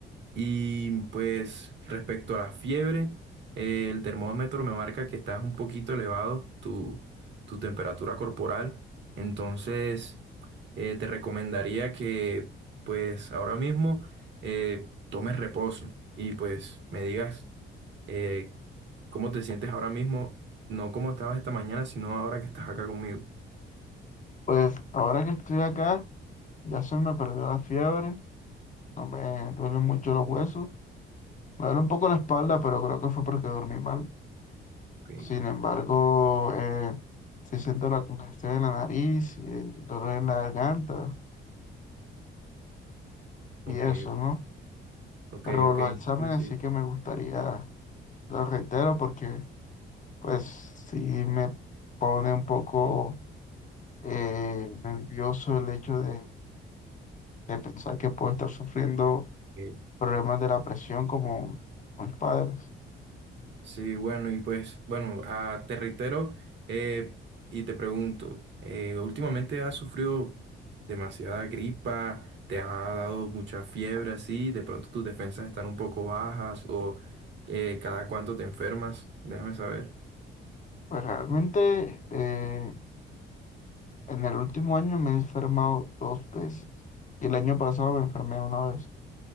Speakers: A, on the right; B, on the left.
A: Y pues respecto a la fiebre, eh, el termómetro me marca que estás un poquito elevado tu, tu temperatura corporal. Entonces, eh, te recomendaría que pues ahora mismo eh, tomes reposo y pues me digas eh, cómo te sientes ahora mismo, no cómo estabas esta mañana, sino ahora que estás acá conmigo.
B: pues ahora que estoy acá, ya se me perdió la fiebre. No me duelen mucho los huesos. Me duele un poco la espalda, pero creo que fue porque dormí mal.
A: Ok,
B: Sin embargo, eh, sí siento la congestión en la nariz, eh, dolor en la garganta y
A: ok,
B: eso, ¿no?
A: Ok,
B: Pero
A: ok,
B: los
A: entonces
B: exámenes sí que me gustaría, lo reitero, porque pues sí me pone un poco eh, nervioso el hecho de, de pensar que puedo estar sufriendo
A: sí.
B: problemas de la presión como mis padres.
A: Sí, bueno, y pues, bueno, ah, te reitero eh, y te pregunto, eh, últimamente has sufrido demasiada gripa, te ha dado mucha fiebre así, de pronto tus defensas están un poco bajas o eh, cada cuánto te enfermas, déjame saber.
B: Pues realmente eh, en el último año me he enfermado dos veces y el año pasado me enfermé una vez.